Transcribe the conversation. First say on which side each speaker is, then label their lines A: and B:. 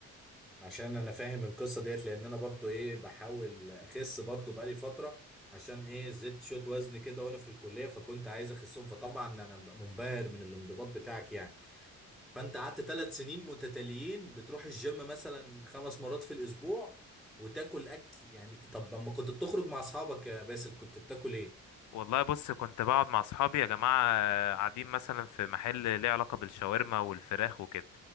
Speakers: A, in the centre; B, on the left.
A: عشان انا فاهم القصة ديت لان انا برضو ايه بحاول اخس برضو بقالي فترة عشان ايه زدت شوية وزن كده وانا في الكلية فكنت عايز اخسهم فطبعا انا منبهر من الانضباط بتاعك يعني فانت قعدت ثلاث سنين متتاليين بتروح الجيم مثلا خمس مرات في الاسبوع وتاكل اكل يعني طب لما كنت بتخرج مع اصحابك يا باسل كنت بتاكل ايه؟
B: والله بص كنت بقعد مع اصحابي يا جماعه قاعدين مثلا في محل ليه علاقه بالشاورما والفراخ وكده